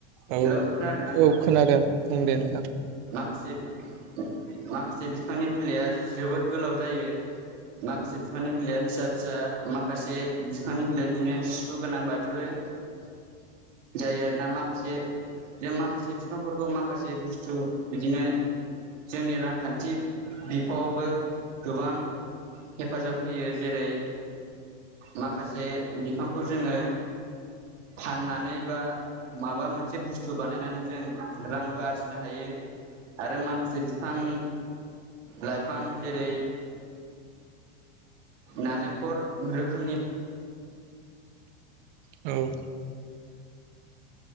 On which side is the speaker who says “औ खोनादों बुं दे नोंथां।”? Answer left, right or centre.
Right